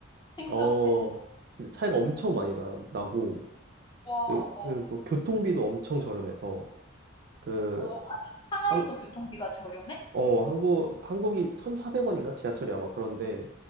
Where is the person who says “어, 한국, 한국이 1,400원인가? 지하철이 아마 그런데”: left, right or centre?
Right